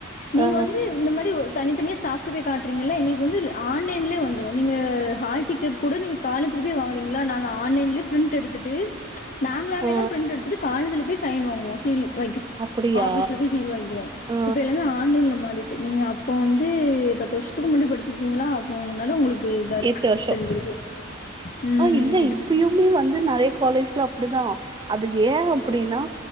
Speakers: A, on the left; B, on the right.
A: நீங்க
B: ஆ
A: வந்து இந்த மாரி ஒ தனித்தனியாக ஸ்டாஃப்ட போய் காட்றீங்கல எங்களுக்கு வந்து ஆன்லைன்லே வந்துரு நீங்க ஹால் டிக்கெட் கூட நீ காலஜ்ல போய் வாங்குறிங்களா நாங்க ஆன்லைன்ல ப்ரிண்ட் எடுத்துட்டு நாங்களாவேதா
B: ஆ
A: ப்ரிண்ட் எடுத்துட்டு காலேஜ்ல போய் சைன் வாங்குவோ சீல் வாங்கி
B: அப்படியா
A: ஆபிஸ்ல போய் சீல் வாங்கிக்குவோ
B: ஆ
A: இப்ப எல்லாமே ஆன்லைன்ல மாறிட்டு நீங்க அப்போ வந்து பத்து வருஷத்துக்கு முன்னாடி படிச்சிருப்பீங்களா அப்ப அன்னால உங்களுக்கு இதாருக்கு
B: எட்டு வருஷோ
A: தெரிஞ்சிருக்கு ம்
B: ஆ இல்ல இப்பயுமே வந்து நெறைய காலேஜ்ல அப்டிதா அது ஏ அப்டினா